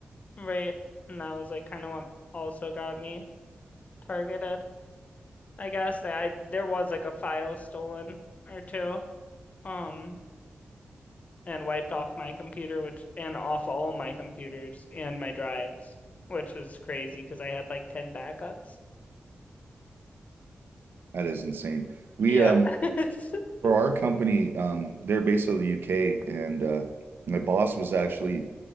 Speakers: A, on the left (about 40°); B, on the right (about 75°).
A: right? And that was like kind of what also got me targeted. I guess that I there was like a file stolen or two. Um, and wiped off my computer, which and off all my computers and my drives, which was crazy because I had like 10 backups.
B: That is insane. We
A: Yeah.
B: um
A: <laughs>
B: for our company, um, they're based out of the UK, and uh, my boss was actually